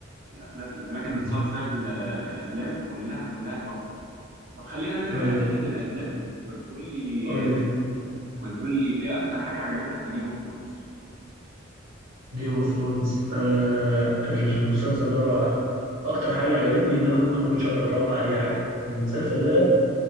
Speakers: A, on the right; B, on the right.
A: الافلام الاماكن اللي
B: أمم.
A: اتصور فيها ال- الافلام كلها كلها تحفه طب خلينا نرجع
B: ايوه
A: تاني للأجنبي وتقول لي
B: قول لي
A: وتقول لي إيه أكتر حاجة عجبتك في جيم اوف ثرونز
B: جيم اوف ثرونز آه المسلسل ده رائع اكتر حاجه عجبتني ان انا ما كنتش اقدر اتوقع اي حاجه إن المسلسل ده